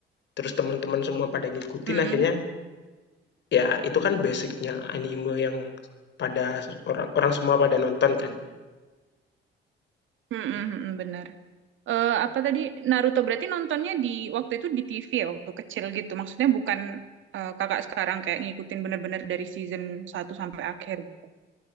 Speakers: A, on the left; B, on the right.
A: terus teman-teman semua pada ngikutin
B: Mm-mm.
A: akhirnya ya itu kan basicnya anime yang pada orang orang semua pada nonton kan.
B: Mm-mm, mm-mm, benar. Eh, apa tadi Naruto berarti nontonnya di waktu itu di TV ya waktu kecil gitu. Maksudnya bukan eh, kakak sekarang kayak ngikutin bener-bener dari season satu sampai akhir gitu.